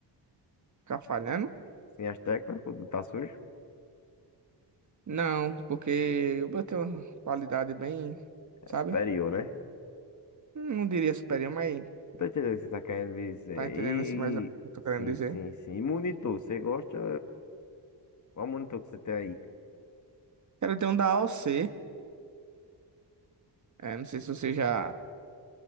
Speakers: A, on the right; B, on the left.
A: ficar falhando?
B: Sem as teclas, quando tá sujo,
A: Não, porque eu botei uma qualidade bem,
B: é
A: sabe?
B: superior, né?
A: Não diria superior, mas
B: Não tô entendendo o que você tá querendo dizer.
A: tá entendendo
B: E,
A: assim mais ou menos
B: e-
A: o que eu tô querendo
B: sim,
A: dizer.
B: sim, sim. E monitor, você gosta? Qual monitor que você tem aí?
A: Quero ter um da AOC. É, não sei se você já